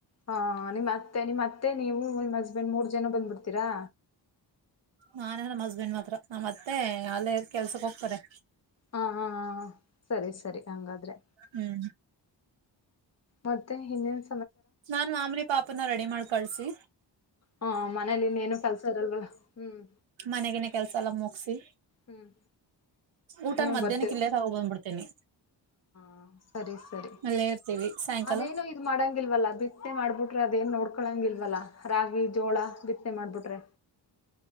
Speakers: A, on the left; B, on the right.
A: ಹಾ ನಿಮ್ಮ ಅತ್ತೆ ನಿಮ್ತ್ತೆ ನೀವು ನಿಮ್ಮ್ ಹಸ್ಬೆಂಡ್ ಮೂರ್ ಜನ ಬಂದ್ಬಿಡ್ತೀರಾ
B: ನಾನೇ ನಮ್ ಹಸ್ಬೆಂಡ್ ಮಾತ್ರ ನಮ್ಮಅತ್ತೆ ಅಲ್ಲೇ ಕೆಲ್ಸಕ್ ಹೋಗ್ತಾರೆ
A: ಹಾ ಹ ಸರಿ ಸರಿ ಹಾಗಂಗಾದ್ರೆ
B: ಹ್ಮ್
A: ಮತ್ತೆ ಇನ್ನೆನ್
B: ನಾನ್ ಮಾಮನ ಪಾಪನ ರೆಡಿ ಮಾಡ್ ಕಳ್ಸಿ
A: ಹಾ ಮನೇಲಿ ಇನ್ನೇಏನು ಕೆಲ್ಸ ಇರಲ್ವಲ್ಲ ಹ್ಮ್
B: ಮನೆಗನೆ ಕೆಲ್ಸ ಎಲ್ಲ ಮುಗಸಿ
A: ಹ್ಮ್
B: ಊಟನ
A: ನೀವು
B: ಮಧ್ಯಾಹ್ನ
A: ಬರ್ತೀರ
B: ಕಿಲ್ಲೇದಗ್ ಬಂದ್ಬಿಡ್ತೇನಿ
A: ಹ ಸರಿ ಸರಿ
B: ಅಲ್ಲೇ ಇರ್ತೀವಿ ಸಾಯಂಕಾಲ
A: ಅದೇನೋ ಇ ಮಾಡಂಗಲ್ವಲ್ಲ ಬಿಟ್ಟನೆ ಮಾಡ್ಬಿಟ್ಟ ಅದೇನ್ ನೋಡ್ಕೊಳಂಗಿಲ್ವಲ್ಲ ರಾಗಿ ಜೋಳ ಬಿತ್ತನೆ ಮಾಡ್ಬಿಟ್ರೆ